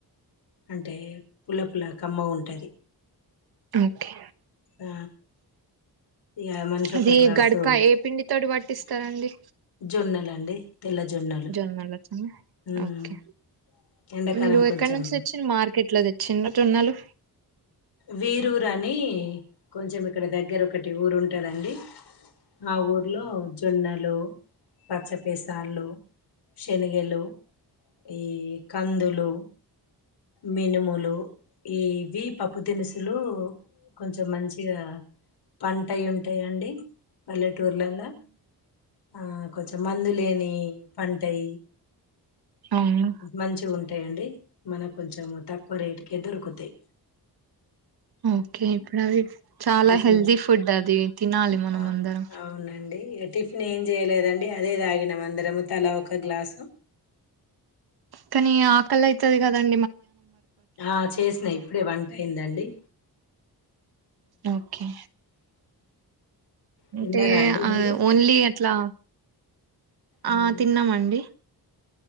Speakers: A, on the left; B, on the right.
A: అంటే పుల్ల పల కమ్మ ఉంటా అంటది
B: ఓకే
A: ఆ ఇగ మనిషి ఒక
B: అది
A: గ్లాసు
B: గడకా ఏ పిండి తోటి పట్టిస్తారంండి
A: జొన్నలు అండి తెల్ల జొన్నలు
B: జోన్మల
A: ఉమ్
B: ఓకే
A: ఎండాకాలం
B: మీరు
A: కొంచెం
B: ఎక్కడ నుంచి తెచ్చి మార్కెట్లో తెచ్చిటున్నాలు
A: వీరూరు అని కొంచెం ఇక్కడ దగ్గర ఒకటి ఊరు ఉంటదండి మా ఊర్లో జొన్నలు పచ్చపేసర్లు శనగలు ఈ కందులు మినుములు ఇవి పప్పు దినుసులు కొంచెం మంచిగా పంట అయి ఉంటయండి పల్లె టూర్లలో ఆ కొంచెం మందు లేని పంటై
B: అవును
A: మంచి గు టయండి మన కొంచెము తక్కువ రేటుకే దొరుకుతాయ్
B: ఓకే ఇప్పుడు అవి చాలా
A: టిఫిన్
B: హెల్దీ ఫుడ్ అది తినాలి మనం
A: ఆ
B: అందరం
A: అవునండి టిఫిన్ ఏం చేయలేదండి అదే తాగినం అందరము తల ఒక గ్లాసు
B: కానీ ఆకల అయితుది కదం
A: ఆ చేసినా ఇప్పుడే వంట ఏందండి
B: ఓకే అంటే
A: తిన్నారా అండి మీరు
B: ఓన్లీ అట్లా
A: ఉమ్,
B: ఆ తిన్నామండి